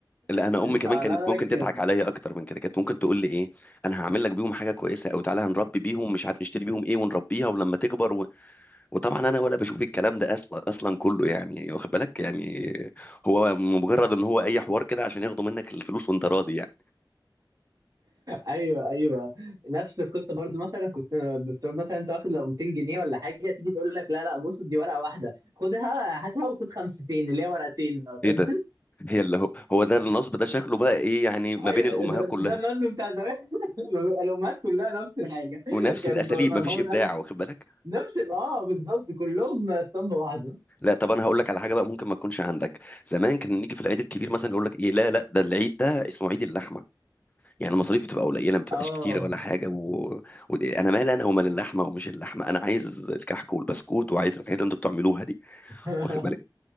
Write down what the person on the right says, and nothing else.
<laughs>
فلا
لا
كان
ايوه ايوه نفس القصه برضو مثلا كنت بفترض مثلا انت واخد لو 200 جنيه ولا حاجه تيجي تقول لك لا لا بص دي ورقه واحده خدها هاتها وخد خمستين اللي هي ورقتين <laughs> لو فاكر.
ايوه
ده ده
النقد بتاع زمان <laughs> الامهات كلها نفس الحاجه
كانت
ماما
تقول
نفس اه بالظبط كلهم اسطمبه واحده
اه
<laughs>